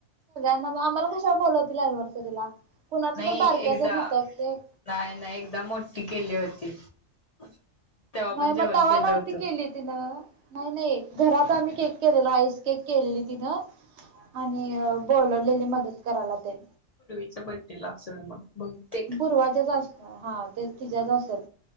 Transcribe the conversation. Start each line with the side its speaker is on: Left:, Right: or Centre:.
Right: नव आम्हाला कशा ला बोलवतील अनिव्हर्सरीला कुणाचं
Left: नाइ
Right: तर बारक्याचच
Left: एकदा
Right: होतं केक
Left: नाइ नाइ एकदा मोटी केली होती <unintelligible>
Right: नाइ
Left: पण जेवण
Right: मग तवा
Left: केलं
Right: नव्हती
Left: होतं
Right: केली तिन नाइ नाइ घरात आम्ही केक केलेला आईस केक केलेली तिनं आणि बोलवलेली मदत करायला तेन
Left: पूर्वीच्या बड्डे ला असेल मग बहुतेक
Right: पूर्वाचा च <unintelligible> हा तेच तिचाच असल मग